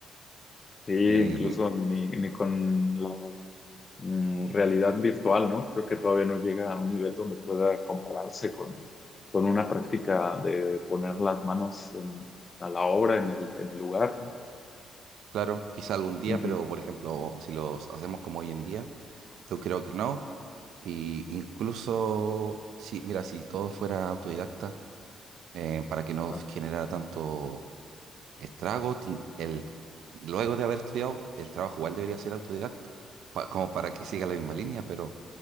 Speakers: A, on the left (about 30°); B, on the right (about 80°).
A: Sí, incluso
B: Eh,
A: ni, ni con la mm, realidad virtual, ¿no? Creo que todavía no llega a un nivel donde pueda compararse con, con una práctica de poner las manos en- a la obra, en el, en el lugar, ¿no?
B: Claro, quizá algún día,
A: Ujú.
B: pero por ejemplo, si los hacemos como hoy en día, yo creo que no. Y incluso, si, mira, si todo fuera autodidacta, eh, para que no
A: Ah.
B: generara tanto estrago, ten- el, luego de haber estudiado, el trabajo igual debería ser autodidacta, pa- como para que siga la misma línea, pero